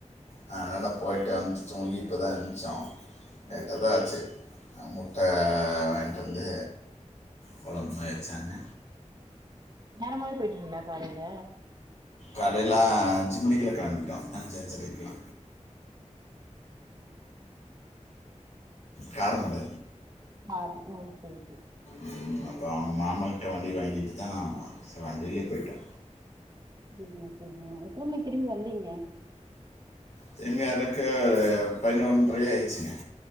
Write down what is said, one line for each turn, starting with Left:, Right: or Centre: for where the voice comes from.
Left: ஆ அதனால போய்ட்டு வந்துட்டு தூங்கி இப்பதா எந்ச்சோ லேட்டா
Right: ம்
Left: தா ஆச்சு அ முட்ட
Right: ம்
Left: வாங்கிட்டு வந்து கொழம்பு மேரி வச்சாங்க
Right: நேரமாவே பேய்ட்டீங்ளா காலைல
Left: காலைல அஞ்சு மணிக்லா களம்பிட்டோ அஞ்சு அஞ்சரைக்லா
Right: <unintelligible>
Left: காரமட
Right: மாறுங் ஓக்கே ஓக்கே
Left: ம் அப்ப அவங்க மாமாகிட்ட வண்டி வாங்கிட்டு தா சே வண்டிலேயே போய்ட்டோ
Right: <unintelligible> சேரிங்க எத்தன மணிக்கு திரும்பி வந்தீங்க
Left: திரும்பி வரதுக்கு பதினோன் பிரையாயிருச்சிங்க